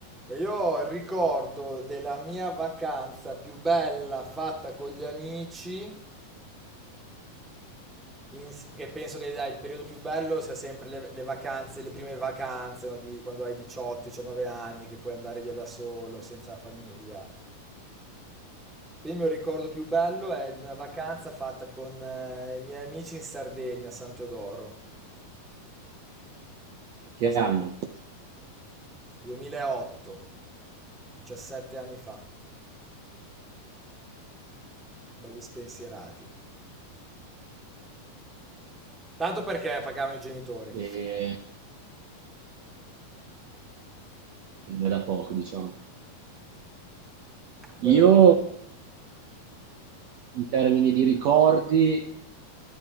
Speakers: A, in the centre; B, on the right (about 80°).
A: E Io ricordo della mia vacanza più bella fatta con gli amici, in s- che penso che dai, il periodo più bello sia sempre le, le vacanze, le prime vacanze, no, di quando hai 18-19 anni, che puoi andare via da solo, senza la famiglia. Quindi il mio ricordo più bello è di una vacanza fatta con eh, i miei amici in Sardegna, a San Teodoro.
B: che
A: È stato
B: hanno,
A: 2008, 17 anni fa, belli spensierati. Tanto perché pagavano i genitori.
B: e che non è da poco, diciamo.
A: Guarda
B: Io,
A: tu.
B: in termini di ricordi,